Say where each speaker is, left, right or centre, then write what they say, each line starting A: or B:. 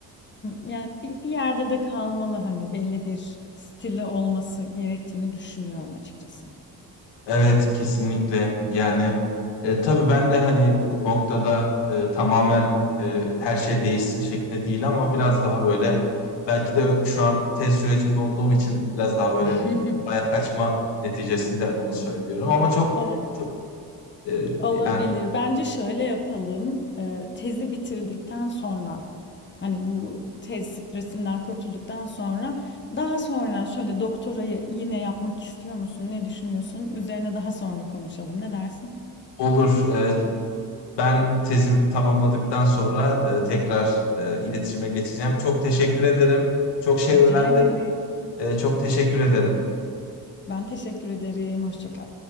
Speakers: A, on the left; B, on the left.
A: Yani bir, bir yerde de kalmalı hani belli bir stili olması gerektiğini düşünüyorum açıkçası.
B: Evet kesinlikle yani e, tabii ben de hani bu noktada e, tamamen e, her şey değişsin şeklinde değil ama biraz daha böyle belki de şu an tez sürecinde olduğum için biraz daha böyle
A: <laughs>
B: bayağı kaçma neticesinde onu söylüyorum ama çok
A: O
B: çok e,
A: Olabilir.
B: yani
A: Bence şöyle yapalım. Ee, tezi bitirdikten sonra hani bu tez stresinden kurtulduktan sonra daha sonra şöyle doktorayı yine yapmak istiyor musun? Ne düşünüyorsun? Üzerine daha sonra konuşalım. Ne dersin?
B: Olur. Ee, Ben tezimi tamamladıktan sonra e, tekrar e, iletişime geçeceğim. Çok teşekkür ederim. Çok şey
A: Rica
B: öğrendim.
A: ederim.
B: Ee, çok teşekkür ederim.
A: Ben teşekkür ederim. Hoşça kal.